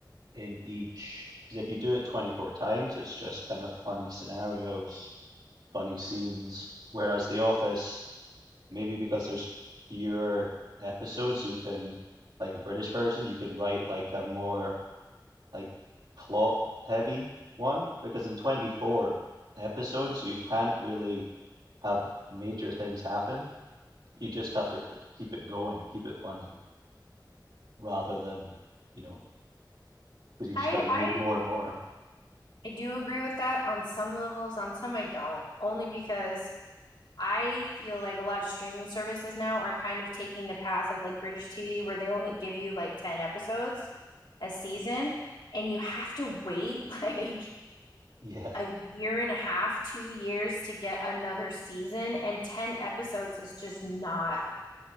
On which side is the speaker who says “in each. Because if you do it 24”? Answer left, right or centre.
Right